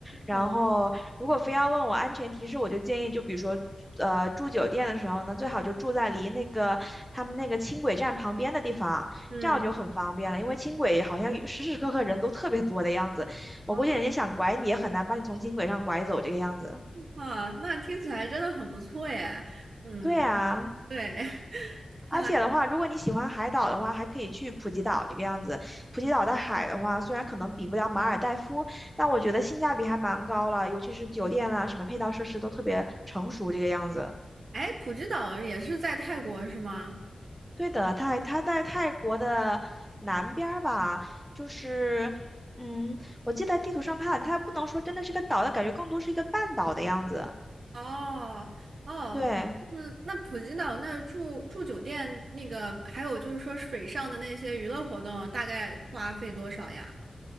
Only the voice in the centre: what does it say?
然后，
如果非要问我安全提示，我就建议，就比如说，呃，住酒店的时候呢，最好就住在离那个他们那个轻轨站旁边的地方。
这样就很方便了，因为轻轨好像时时刻刻人都特别多的样子，我估计人家想拐你也很难把你从轻轨上拐走这个样子。
对啊，
而且的话，如果你喜欢海岛的话，还可以去普吉岛这个样子。普吉岛的海的话，虽然可能比不了马尔代夫，但我觉得性价比还蛮高了，尤其是酒店啦、什么配套设施都特别成熟这个样子。
对的，泰它在泰国的南边儿吧，就是，嗯，我记得地图上看，它不能说真的是个岛，它感觉更多是一个半岛的样子。
对，